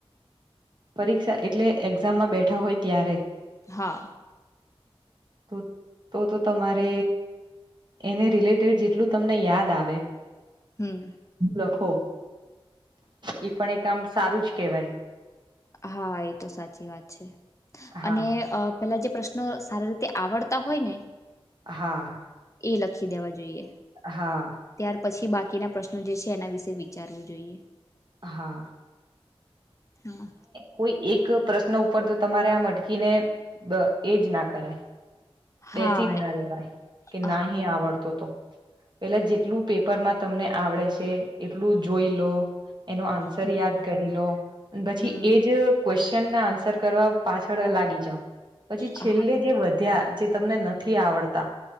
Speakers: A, on the right; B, on the left.
A: પરીક્ષા એટલે એક્ઝામમાં બેઠા હોય ત્યારે?
B: હા.
A: તો તો તો તમારે એને રિલેટેડ જેટલું તમને યાદ આવે,
B: હમ
A: લખો. ઈ પણ એક આમ સારું જ કેવાય
B: હા એ તો સાચી વાત છે
A: હા
B: અને પેલા જે પ્રશ્નો સારી રીતે આવડતા હોય ને
A: હા
B: એ લખી દેવા જોઈએ
A: હા
B: ત્યાર પછી બાકી બાકી ના પ્રશ્નો જે છે એના વિશે વિચારવું જોઈએ
A: હા
B: હમ
A: કોઈ એક પ્રશ્ન ઉપર તો તમારે આમ અટકીને એજ ના કરાય બેસી
B: હા
A: જ
B: એ-
A: ના રેવાય કે
B: હા
A: નહી આવડતો તો પેલા જેટલું પેપરમાં તમને આવડે છે એટલું જોઈ લો એનો આન્સર
B: હમ
A: યાદ કરી લો પછી
B: હમ,
A: એજ <unintelligible> આન્સર કરવા પાછળ લાગી જાવ પછી છેલ્લે
B: હા
A: જે વધ્યા જે તમને નથી આવડતા